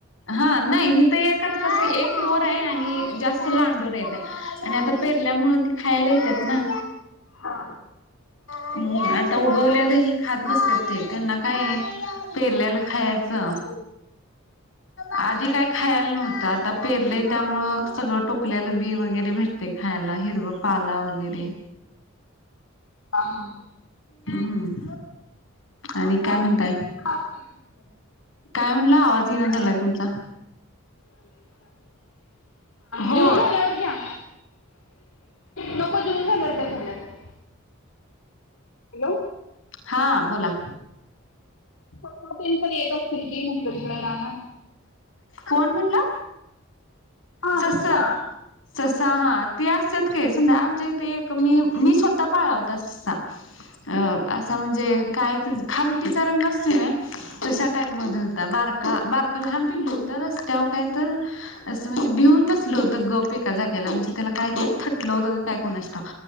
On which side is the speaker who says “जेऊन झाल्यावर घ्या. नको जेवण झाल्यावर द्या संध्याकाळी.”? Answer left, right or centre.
Left